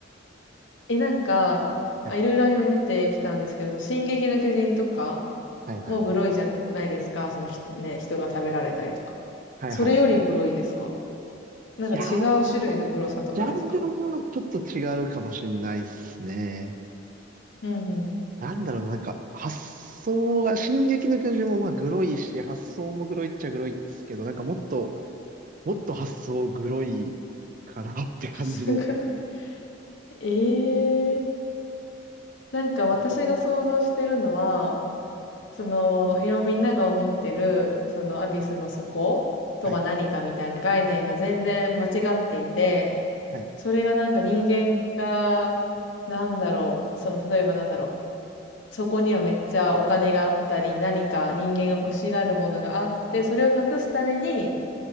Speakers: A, on the left; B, on the right.
A: え、なんか、
B: はい、
A: あ、いろいろアニメ見てきたんですけど、進撃の巨人とか、
B: はい、はい、
A: もうグロいじゃないですか。
B: はい。
A: そのひ、ね、人が食べられたりとか。
B: はいはいはい。
A: それよりグロいですかなんか違う種類のグロさとかですか
B: いやー、ジャンルはちょっと違うかもしれないっすね。
A: うんうん。
B: なんだろうな、なんか、発想が、進撃の巨人もまあ、グロいし、発想もグロいっちゃグロいっすけど、なんかもっと、もっと発想グロいかなって感じの。
A: <laughs> あ、それグロい。ええー。なんか私が想像してるのは、
B: うんはい。
A: その、いやみんなが思ってる、そのアビスの底とは何かみたいな概念が全然間違っていて、
B: はい。はい。
A: それがなんか人間が、なんだろう、その、例えばなんだろう、そこにはめっちゃお金があったり、何か人間が欲しがるものがあって、それを隠すために、